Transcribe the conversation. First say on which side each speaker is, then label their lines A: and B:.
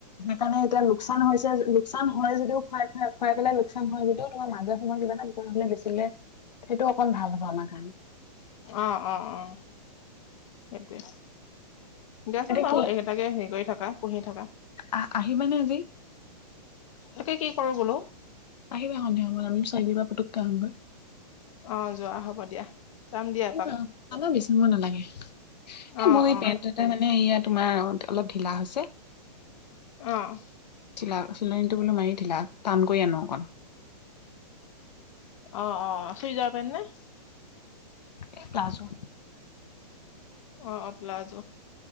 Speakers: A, on the left; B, on the left.
A: কাৰণে এতিয়া লোকচান হৈছে লোকচান হয় যদিও খোৱাই খাই খুৱাই পেলাই। চ হয় যদিও তোমাৰ মাজৰ সময়ত কিবা এটা হলে বেচিলে সেইটো অকণ ভাল হব আমাৰ কাৰণে
B: অ অ অ সেইটোৱে দাচোন
A: এতিয়া
B: বাৰু
A: কি
B: এইকেইটাকে হেৰি কৰি থাকা পুহি থাকা।
A: আ-আহিবানে আজি?
B: তাকে কি কৰো বোলো।
A: আহিবা সন্ধিয়া সময়ত আমি চাৰিআলী পা পুটকে আহোগৈ
B: অ যোৱা হ'ব দিয়া যাম দিয়া
A: আহিবা
B: এপাক
A: আমাৰ বেছি সময় নালাগে এ
B: অ
A: মোৰ এই
B: অ
A: পেন্ট এটা মানে ইয়া তোমাৰ অলপ ঢিলা হৈছে
B: অ
A: চিলা চিলনীটো বোলো মানে ঢিলা টান কৰি আনো অকণ
B: অ অ চুইজাৰ পেণ্ট নে
A: এই প্লাজু
B: অ অ প্লাজো